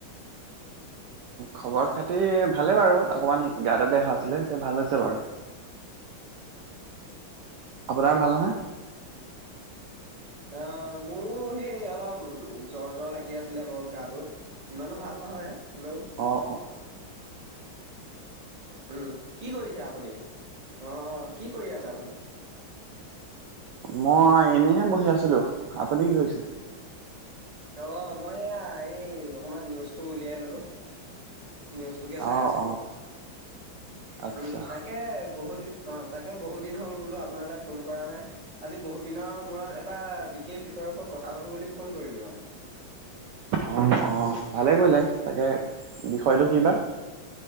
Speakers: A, on the right; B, on the right.
A: খবৰ খাতি ভালে বাৰু, অকমান গা বেয়া হোৱা আছিলে তেতিয়া ভাল হৈছে বাৰু।
B: <inaudible>
A: আপোনাৰ ভাল নহয়?
B: অঁহ মোৰো সেই অলপ জ্বৰ জ্বৰ লাগি আছিলে বাৰু গাটো। ইমানো ভাল নহয়। হ'লেও
A: অঁ অঁ।
B: উম কি কৰিছে আপুনি? অ অ কি কৰি আছে আপুনি?
A: মই এনেইহে বহি আছিলো, আপুনি কি কৰিছে?
B: অ মই এইয়া এই অকমান নিউজটো উলিয়াই ললো। নিউজটোকে চাই
A: অ'
B: আছিলো,
A: অ' আচ্ছা
B: উম তাকে বহুত দিন অ তাকে বহুত দিন হ'ল বোলো আপোনালৈ ফোন কৰা নাই, আজি বহুত দিনৰ মূৰত এটা বিশেষ বিষয়ৰ ওপৰত কথা পাতো বুলি ফোন কৰিলো মানে।
A: অ' অ' ভালেই কৰিলাই, তাকে বিষয়টো
B: হয়
A: কি বা?
B: হয়,